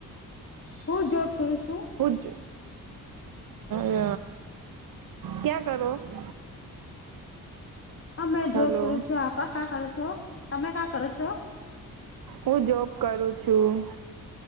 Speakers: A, on the left; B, on the right.
A: હું જોબ કરું છું.
B: પજ હ ક્યાં કરો? <unintelligible>
A: હ મેં
B: હલો
A: જોબ કરું છું આપપા કા કરો છો તમે કા કરો છો? <unintelligible>
B: હું જોબ કરું છું